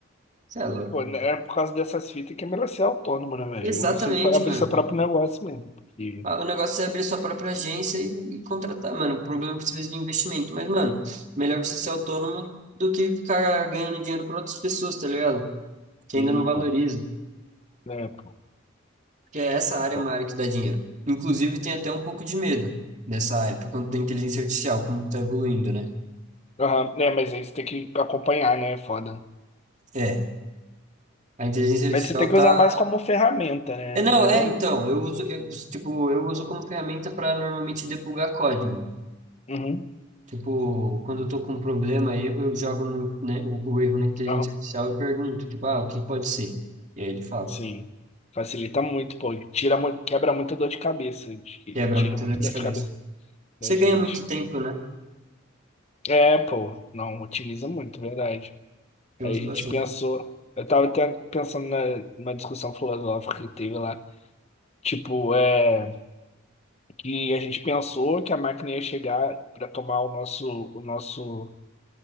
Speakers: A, on the right (about 35°); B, on the left (about 30°).
A: você é louco.
B: Pô, né, é por causa dessas fitas que é melhor ser autônomo, né, velho?
A: Exatamente,
B: Ou Você fa- abrir
A: mano.
B: seu próprio negócio mesmo. E,
A: Ah, O negócio é abrir sua própria agência e, e contratar, mano, o problema é que precisa de investimento, mas, mano, melhor você ser autônomo do que ficar ganhando dinheiro para outras pessoas, tá ligado? Que
B: e
A: ainda não valoriza,
B: pô, né, pô.
A: porque essa área
B: pô.
A: é uma área que dá dinheiro. Inclusive, tem até um pouco de medo dessa área, por conta da inteligência artificial, como que tá evoluindo, né?
B: Aham, né, mas aí você tem que acompanhar, né? É Foda.
A: É, a inteligência
B: Mas
A: artificial
B: você tem que
A: tá
B: usar mais como ferramenta, né?
A: É, não,
B: Usar.
A: é, então, eu uso, eu, uso- tipo, eu uso como ferramenta para normalmente debugar código.
B: Uhum.
A: Tipo, quando eu tô com um problema, erro, eu jogo no, né, o, o erro na inteligência
B: Aham.
A: artificial e pergunto, tipo, ah, o que pode ser? E aí ele fala,
B: Sim. Facilita muito, pô. Tira, mu- quebra muita dor de cabeça. t-
A: quebra
B: Tira
A: muita
B: muita
A: dor de
B: dor
A: cabeça.
B: de cabeça
A: Você
B: da gente.
A: ganha muito tempo, né?
B: É, pô. Não, otimiza muito, verdade.
A: Eu
B: Aí
A: uso
B: a gente
A: bastante.
B: pensou. Eu tava até pensando na, numa discussão filosófica que teve lá. Tipo, é, que a gente pensou que a máquina ia chegar pra tomar o nosso, o nosso